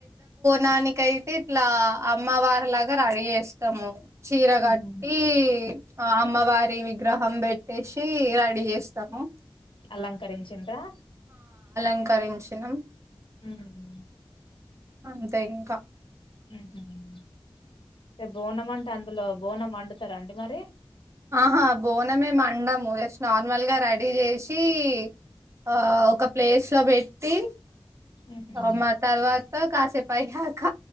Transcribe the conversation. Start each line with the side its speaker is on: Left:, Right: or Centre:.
Right: నానికైయితే ఇట్లా అమ్మవారి లాగ రెడీ యేస్తాము. చీర గట్టీ
Left: ఉహు
Right: ఇ అ అమ్మవారి వీ. గ్రహం బెట్టేసిఇ రడీ యేస్తాము.
Left: అలంకరించిన్ ర్రా.
Right: ఇంకారించినం.
Left: ఉమ్.
Right: అంతే ఇంకా.
Left: ఉహు అంటే బోనం అంటే అందులో బోన మండుతారా అండి మరీ.
Right: ఆహా బోనమే మండము జస్ట్ నార్మల్ గా రెడీ ఏసి ఇ. ఆ ఒక ప్లేస్ లో బెట్టి.
Left: ఉహు
Right: అ మా తర్వా త్. ఓ కాసేపు అయ్యాక